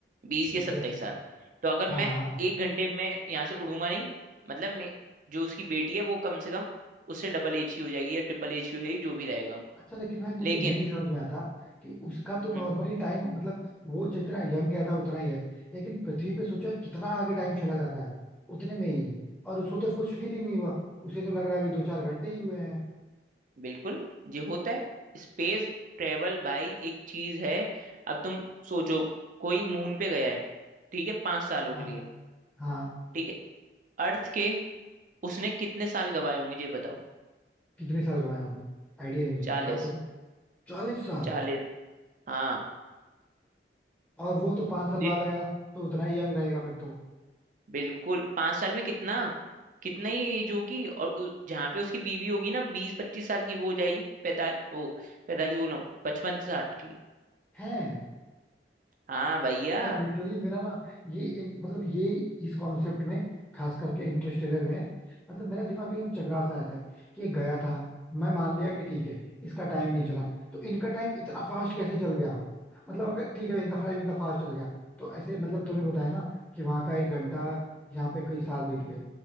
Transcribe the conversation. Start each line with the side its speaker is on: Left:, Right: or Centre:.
Right: बीस या
Centre: एग्जैक्टली
Right: सत्ताईस साल तो अगर
Centre: हाँ
Right: मैं
Centre: हाँ
Right: एक घंटे में यहाँ से उड़ूंगा नहीं मतलब मे- जो उसकी बेटी है वो कम से कम उससे डबल एज ही हो जाएगी या ट्रिपल एज ही हो जाएगी जो भी रहेगा
Centre: अच्छा लेकिन भाई मुझे
Right: लेकिन
Centre: ये नहीं समझ में आता कि उसका तो नॉर्मली
Right: हम्म
Centre: टाइम मतलब वो जितना यंग गया था उतना ही है लेकिन पृथ्वी पे सोचो यार कितना आगे टाइम चला जाता है उतने में ही और उसको तो कुछ फील ही नहीं हुआ उसे तो लग रहा है अभी दो चार घंटे ही हुए हैं
Right: बिल्कुल ये होता है स्पेस ट्रेवल भाई एक चीज है अब तुम सोचो कोई मून पे गया है ठीक है पांच सालों
Centre: हाँ
Right: के लिए
Centre: हाँ
Right: ठीक है अर्थ के उसने कितने साल गवाए होंगे ये बताओ
Centre: कितने साल कमाए होंगे आइडिया नहीं मुझे
Right: चालीस
Centre: बताओ तुम चालीस साल
Right: चालीस हाँ
Centre: और वो तो पांच साल बाद
Right: ये
Centre: आएगा तो उतना ही यंग रहेगा फिर तो
Right: बिल्कुल पांच साल में कितना कितना ही एज होगी और उ- जहाँ पे उसकी बीवी होगी ना बीस पच्चीस साल की वो हो जाएगी पैतालीस ओ पैतालीस बोल रहा हूँ पचपन साठ की
Centre: है
Right: हाँ भैया
Centre: यार लिटरली मेरा ना ये इन- मतलब ये इस कॉन्सेप्ट में खास करके इंटरस्टेलर में मतलब मेरा दिमाग एकदम चकरा सा आता है कि ये गया था मैं मान लिया कि ठीक है इसका टाइम नहीं चला तो इनका टाइम इतना फास्ट कैसे चल गया मतलब अगर ठीक है इनका टाइम इतना फास्ट चल गया तो ऐसे मतलब तूने बताया ना कि वहां का एक घंटा यहाँ पे कई साल बीत गए